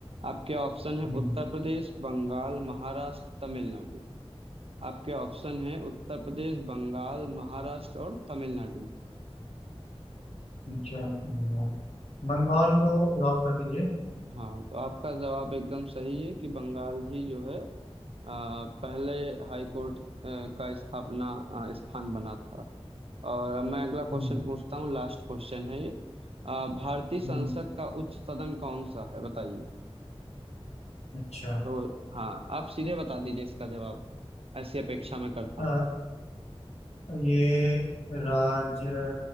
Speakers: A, on the right; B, on the left.
A: आपके ऑप्शन है
B: हम्म
A: उत्तर प्रदेश बंगाल महाराष्ट्र तमिलनाडु आपके ऑप्शन है उत्तर प्रदेश बंगाल महाराष्ट्र और तमिलनाडु
B: अच्छा हम्म, बंगाल को लॉक कर दीजिए
A: हाँ तो आपका जवाब एकदम सही है कि बंगाल ही जो है अ, पहले हाई कोर्ट अ, का स्थापना अ, स्थान बना था और अब मैं अगला क्वेश्चन
B: हम्म,
A: पूछता हूँ लास्ट क्वेश्चन है ये अ, भारतीय संसद
B: हम्म,
A: का उच्च सदन कौन सा है बताइए
B: अच्छा
A: तो हाँ आप सीधे बता दीजिए इसका जवाब ऐसी अपेक्षा मैं करता
B: अ,
A: हूँ
B: ये राज्य